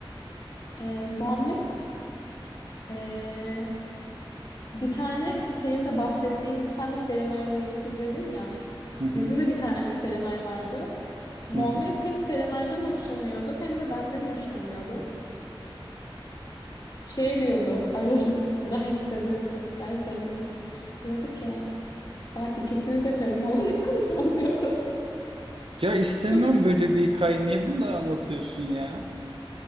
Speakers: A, on the left (about 50°); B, on the right (about 75°).
A: Ee, Muhammed, ee, bir tane senin de bahsettiğin gibi sen de Serenay diye bir kız dedin ya.
B: Hı hı,
A: Bizde de bir tane Serenay vardı. Muhammed
B: hı hı.
A: hem Serenay'dan hoşlanıyordu hem de benden hoşlanıyordu. Şey diyordu ararım <laughs> derste böyle ders arasında. Diyordu ki ben ikisini de karım olarak <laughs> alacağım diyordu.
B: Ya istemiyorum
A: Çok
B: böyle bir hikaye. Niye bunları anlatıyorsun ya?